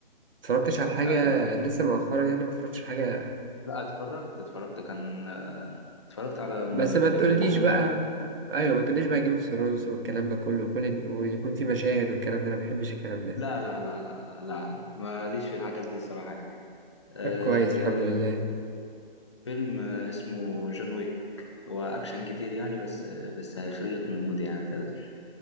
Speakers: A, on the right (about 70°); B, on the left (about 30°).
A: متفرجتش على حاجة
B: أيوه
A: لسه مؤخرا يعني متفرجتش حاجة
B: لا اتفرجت اتفرجت كان آه، اتفرجت على م-
A: بس ما
B: فيلم
A: تقوليش
B: كوميدي
A: بقى ايوه ما تقوليش بقى جيم اوف ثرونز والكلام ده كله وكل ال- ويكون في مشاهد والكلام ده انا ما بحبش الكلام ده
B: لا لا لا لا لا لا ماليش في الحاجات دي الصراحة يعني أه
A: طب كويس الحمد لله
B: فيلم آه، اسمه جون ويك هو أكشن كتير يعني بس آه، بس هيخرجك من المود يعني متقلقش